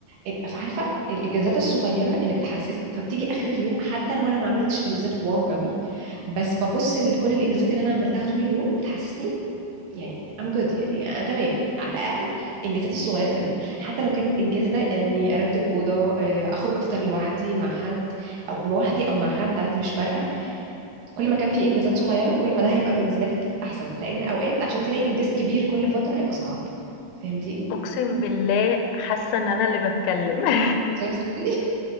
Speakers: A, on the right; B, on the left.
A: إن- فعارفه الانجازات الصغيره اللي بتحسسني فبتيجي اخر اليوم حتى لو انا ما عملتش انجازات واو قوي بس ببص لكل الانجازات اللي انا عملتها طول اليوم بتحسسني يعني I'm good يعني انا تمام على الاقل انجازاتي الصغيره تمام حتى لو كان الانجاز ده اني ارتب اوضه آه، اخرج افطر لوحدي مع حد او لوحدي او مع حد عادي مش فارقه كل ما كان في انجازات صغيره كل ما ده هيبقى بالنسبه لك احسن لان اوقات عشان تلاقي انجاز كبير كل فتره هيبقى صعب فهمتيني
B: اقسم بالله حاسه ان انا اللي بتكلم <laughs>
A: شفتي